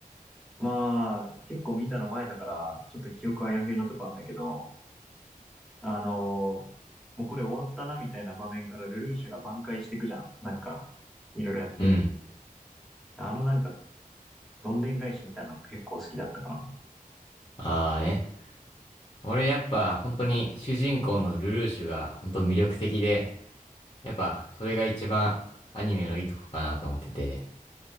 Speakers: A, in the centre; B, on the left.
A: まあ、結構見たの前だから、ちょっと記憶あやふやなとこあんだけど、あのーもうこれ終わったなみたいな場面からルルーシュが挽回していくじゃん。なんか、いろいろやって。
B: うん。
A: あのなんか、どんでん返しみたいなのが結構好きだったかな。
B: あーね。俺やっぱ本当に主人公のルルーシュが本当魅力的で、やっぱそれが一番アニメのいいとこかなと思ってて、